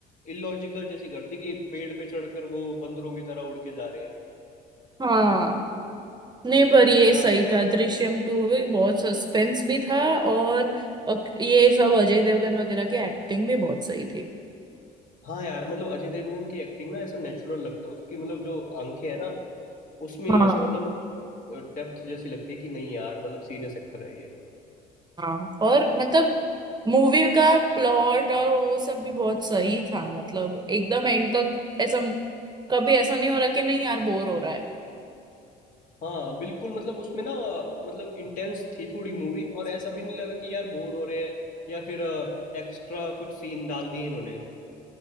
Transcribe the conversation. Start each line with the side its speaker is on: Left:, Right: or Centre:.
Left: इलॉजिकल जैसी कर दी कि पेड़ पे चढ़कर वो बंदरों की तरह उड़ के जा रहे हैं
Right: हाँ नहीं पर ये
Left: हाँ,
Right: सही था दृश्यम टू भी बहुत सस्पेंस भी था और अक- ये सब अजय देवगन वगैरह की एक्टिंग भी बहुत सही थी
Left: हाँ यार मतलब अजय देवगन की एक्टिंग ना ऐसा नेचुरल लगता है उसकी मतलब जो आंखें है ना उसमें
Right: हाँ
Left: ही ऐसा मतलब डेप्थ जैसी लगती है कि नहीं यार मतलब सीरियस एक्टर है ये
Right: हाँ और मतलब मूवी का प्लॉट और वो सब भी बहुत सही था मतलब एकदम एंड तक ऐसा कभी ऐसा नहीं हो रहा कि नहीं यार बोर हो रहा है
Left: हाँ बिल्कुल मतलब उसमें ना मतलब इंटेंस थी थोड़ी मूवी और ऐसा भी नहीं लगा कि यार बोर हो रहे हैं या फिर एक्स्ट्रा कुछ सीन डाल दिए इन्होंने